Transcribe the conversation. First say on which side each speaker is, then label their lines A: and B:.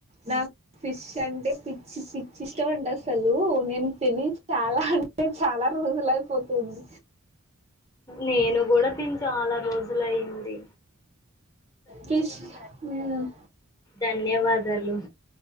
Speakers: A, on the right; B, on the left.
A: నాక్. ఫిష్ అంటే పిచ్చి పిచ్చి ఇష్టం అండి అసలు నేను తిని చాలా అంటే చాలా. రోజులు అయిపోతుంది.
B: నేను కూడా తిని చాలా రోజులైయింది.
A: ఫిష్ ఉమ్.
B: ధన్యవాదాలు